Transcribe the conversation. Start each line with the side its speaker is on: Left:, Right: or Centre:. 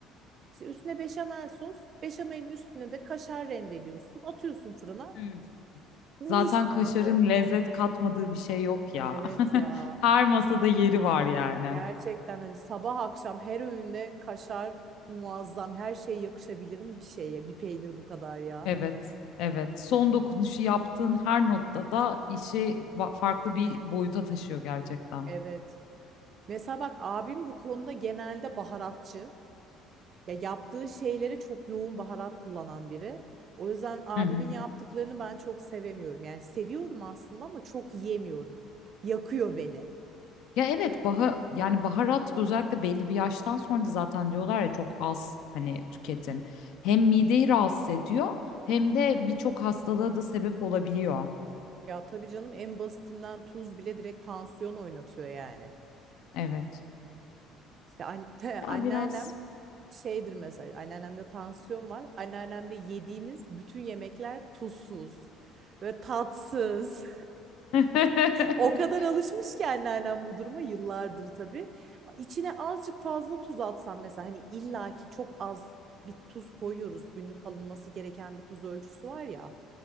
Right: İşte üstüne beşamel sos, beşamelin üstüne de kaşar rendeliyorsun, atıyorsun fırına.
Left: Üf.
Right: Mis
Left: Zaten kaşarın
Right: gibi.
Left: lezzet katmadığı bir şey yok ya.
Right: Evet
Left: <laughs>
Right: ya.
Left: Her masada yeri var yani.
Right: Gerçekten hani sabah akşam her öğünde kaşar muazzam. Her şeye yakışabilirim bir şeye. Bir peynir bu kadar ya.
Left: Evet, evet. Son dokunuşu yaptığın her noktada işi ba- farklı bir boyuta taşıyor gerçekten.
Right: Evet. Mesela bak abim bu konuda genelde baharatçı. Ya yaptığı şeylere çok yoğun baharat kullanan biri. O yüzden abimin
Left: Hı hı.
Right: yaptıklarını ben çok sevemiyorum. Yani seviyorum aslında ama çok yiyemiyorum. Yakıyor beni.
Left: Ya evet, baha yani baharat özellikle belli bir yaştan sonra da zaten diyorlar ya çok az hani tüketin. Hem mideyi rahatsız ediyor hem de birçok hastalığa da sebep olabiliyor.
Right: Ya tabii canım en basitinden tuz bile direkt tansiyon oynatıyor yani.
Left: Evet.
Right: İşte an <laughs>
Left: Ya
Right: anneannem
Left: biraz.
Right: şeydir mesela anneannemde tansiyon var. Anneannemde yediğimiz bütün yemekler tuzsuz ve tatsız.
Left: <laughs>
Right: O kadar alışmış ki anneannem bu duruma yıllardır tabii. İçine azıcık fazla tuz atsam mesela hani illaki çok az bir tuz koyuyoruz. Günlük alınması gereken bir tuz ölçüsü var ya.